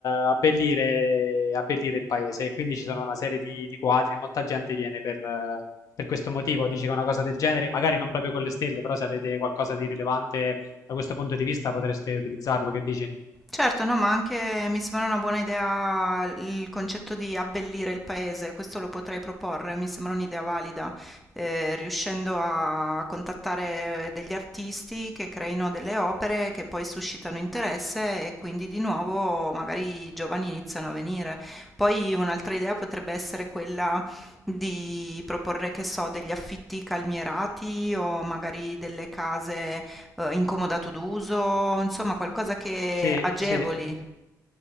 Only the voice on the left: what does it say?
abbellire, abbellire il paese. E Quindi ci sono una serie di, di quadri e molta gente viene per, eh, per questo motivo. Dice che una cosa del genere, magari non proprio con le stelle, però se avete qualcosa di rilevante da questo punto di vista potreste utilizzarlo. Che dici?
Sì,
sì.